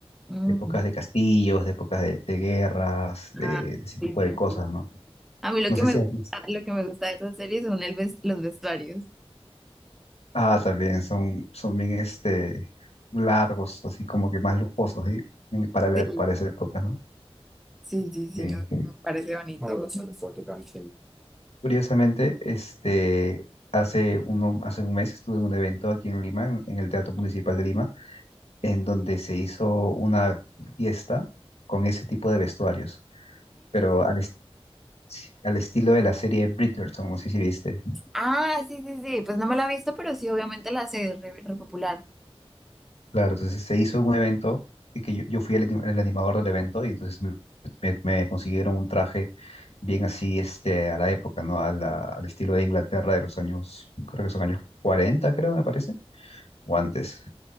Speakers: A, in the centre; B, on the left.
A: Mm,
B: de épocas de castillos, de épocas de, de guerras, de,
A: ah,
B: de ese
A: sí,
B: tipo
A: sí,
B: de cosas,
A: sí.
B: ¿no?
A: A mí lo
B: No
A: que
B: sé
A: me
B: si
A: gusta,
B: has visto.
A: lo que me gusta de esas series son el ves- los vestuarios.
B: Ah, también son, son bien este, largos, así como que más lujosos, ¿sí? En- Para, la-
A: Sí,
B: para esa época, ¿no?
A: sí, sí, sí,
B: Sí.
A: no, me parece Ah, bonito. ay sí
B: Curiosamente, este, hace, uno, hace un mes estuve en un evento aquí en Lima, en, en el Teatro Municipal de Lima, en donde se hizo una fiesta con ese tipo de vestuarios, pero al, est- al estilo de la serie Bridgerton, no sé si viste.
A: Ah, sí, sí, sí. Pues no me la he visto, pero sí, obviamente la sé, es re, re popular.
B: Claro, entonces se hizo un evento y que yo, yo fui el, anim- el animador del evento y entonces me, me- me consiguieron un traje bien así este, a la época, ¿no? A la- al estilo de Inglaterra de los años, creo que son años 40 creo, me parece, o antes.